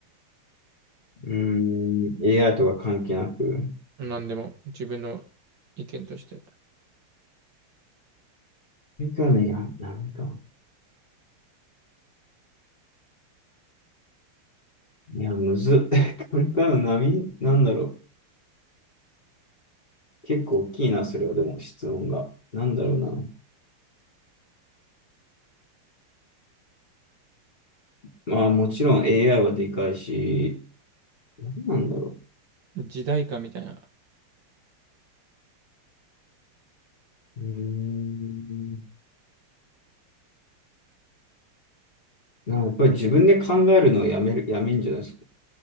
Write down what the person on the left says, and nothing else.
うーん、AI とか関係なく。
これからの、いや、波か。いや、むずっ。<laughs> これからの波、なんだろう。結構大きいな、それは、でも、質問が。なんだろうな。まあ、もちろん AI はでかいし、なんなんだろ
う。うーん。なんかやっぱり自分で考えるのをやめる、やめんじゃないですか、